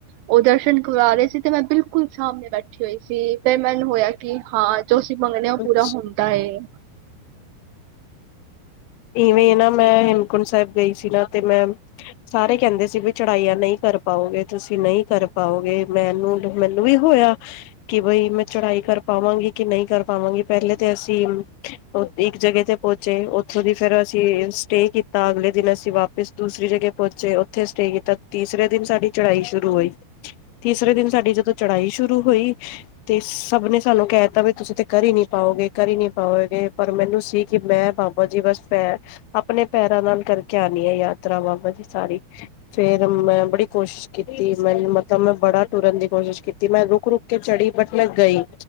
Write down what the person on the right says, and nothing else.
ਉਹ ਦਰਸ਼ਨ ਕਰਵਾ ਟਕਰਹੇ ਸੀ ਤੇ ਮੈਂ ਬਿਲਕੁਲ ਸਾਹਮਣੇ ਬੈਠੀ ਹੋਈ। ਸੀ ਫ ਮੈਨੂੰ ਹੋਇਆ ਕਿ ਹਾਂ ਜੋ ਅਸੀਂ ਮੰਗਣੇ ਉਹ
ਪੂਰਾ ਹੁੰਦਾ ਏ।